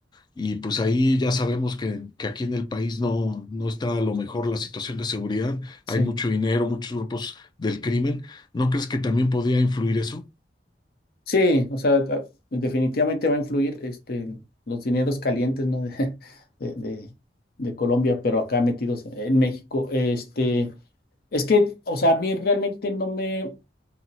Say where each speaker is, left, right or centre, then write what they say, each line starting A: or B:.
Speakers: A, on the left; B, on the left.
A: y pues ahí ya sabemos que, que aquí en el país no, no está a lo mejor la situación de seguridad,
B: sí.
A: hay mucho dinero, muchos grupos del crimen. ¿No crees que también podría influir eso?
B: Sí, o sea, a- definitivamente va a influir este, los dineros calientes, ¿no? <laughs> de, de- de- de Colombia, pero acá metidos en México. Este, es que, o sea, a mí realmente no me,